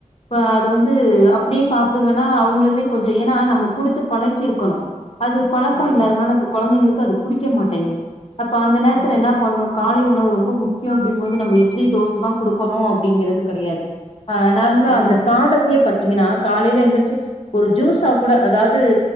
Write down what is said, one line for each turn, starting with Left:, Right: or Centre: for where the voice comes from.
Left: இப்ப அது வந்து அப்டியே சாப்புடுங்கன்னா அவங்களுமே கொஞ்ச ஏன்னா நம்ம குடுத்து பழக்கிருக்கணு அது பழக்கம்
Centre: ம்
Left: இல்லாதனால அந்த கெழந்தைங்களுக்கு அது புடிக்க மாட்டேங்குது அப்ப அந்த நேரத்துல
Centre: ம்
Left: என்ன பண்ணு காலை உணவு ரொம்ப முக்கியம் அப்டிம்போது நம்ம இட்லி தோச தா குடுக்கணு அப்டிங்கிறது கெடையாது ஆ நார்மலா
Centre: ம்
Left: அந்த சாதத்தையே பாத்தீங்கன்னா காலையில எந்திருச்சு ஒரு ஜூஸா கூட அதாவது